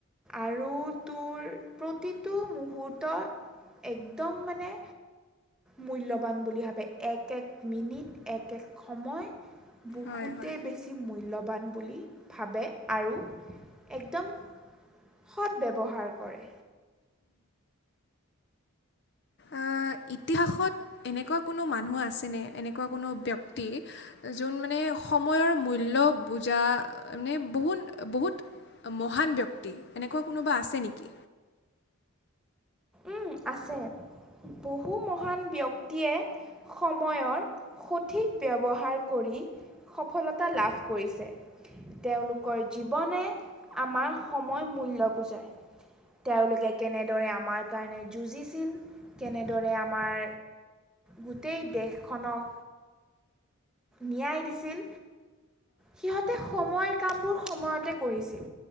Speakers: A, in the centre; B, on the left.
A: আৰু তোৰ প্ৰতিটো মুহূৰ্তত একদম মানে মূল্যৱান বুলি ভাবে, এক এক মিনিট, এক এক সময় বহুতে
B: হয় হয়
A: বেছি মূল্য বান বুলি ভাবে আৰু একদম সৎ ব্যৱহাৰ কৰে।
B: আহ, ইতিহাসত এনেকুৱা কোনো মানুহ আছেনে, এনেকুৱা কোনো ব্যক্তি যোন মানে সময়ৰ মূল্য বুজা মানে বহু বহুত মহান ব্যক্তি এনেকুৱা কোনোবা আছে নেকি?
A: উম, আছে বহু মহান ব্যক্তিয়ে সময়ৰ সঠিক ব্যৱহাৰ কৰি সফলতা লাভ কৰিছে, তেওঁলোকৰ জীৱনে আমাৰ সময় মূল্য বুজায়। তেওঁলোকে কেনেদৰে আমাৰ কাৰণে যুঁজিছিল, কেনেদৰে আমাৰ গোটেই দেশখনক ন্যায় দিছিল। সিহঁতে সময়ক কামবোৰ সময়তে কৰিছিল,